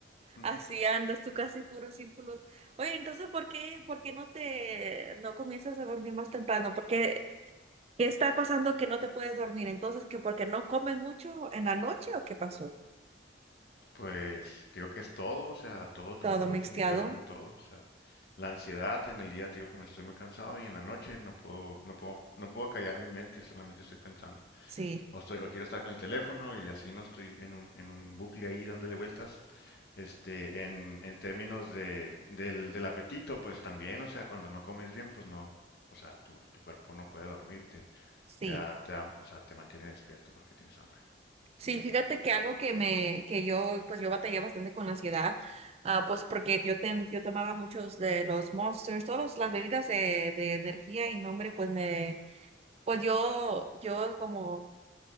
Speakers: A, on the left; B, on the right.
A: Ujú.
B: así andas tú casi puro círculos. Oye, entonces, ¿por qué, por qué no te, no comienzas a dormir más temprano? Porque, ¿qué qué está pasando que no te puedes dormir? Entonces, ¿que porque no comen mucho en la noche o qué pasó?
A: Pues digo que es todo, o sea, todo, todo,
B: Todo
A: todo
B: mixteado,
A: tiene que ver con todo, o sea, la ansiedad en el día te digo que me estoy muy cansado y en la noche no puedo, no puedo, no puedo callar mi mente, solamente estoy pensando.
B: sí,
A: O estoy, o quiero estar con el teléfono y así no estoy en un, en un bucle ahí dándole vueltas Este, en, en términos de, del, del apetito, pues también, o sea, cuando no comes bien, pues no, o sea, tu, tu cuerpo no puede dormirte,
B: sí.
A: te te da, te da- o sea, te mantiene despierto porque tienes hambre.
B: Sí, fíjate que algo que me, que yo, pues yo batallé bastante con la ansiedad, ah, pues porque yo, tem- yo tomaba muchos de los Monsters, todas las bebidas de, de energía y nombre, pues me, pues yo, yo como